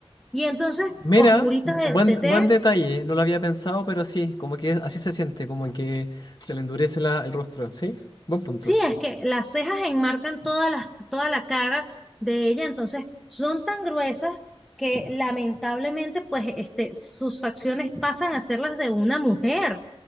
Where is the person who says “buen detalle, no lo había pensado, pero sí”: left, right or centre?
Left